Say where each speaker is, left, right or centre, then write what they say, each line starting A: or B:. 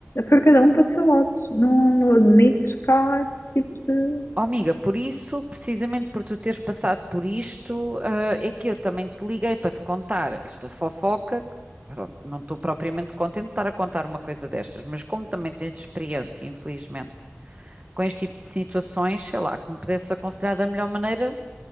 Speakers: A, on the left (about 80°); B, on the right (about 35°).
A: foi cada um para o seu lado. Não, não admito cá esse tipo de.
B: Oh, amiga, por isso, precisamente por tu teres passado por isto, ah, é que eu também te liguei para te contar esta fofoca. que, Pronto, não estou propriamente contente de estar a contar uma coisa destas, mas como também tens experiência, infelizmente, com este tipo de situações, sei lá, que me pudesse aconselhar da melhor maneira,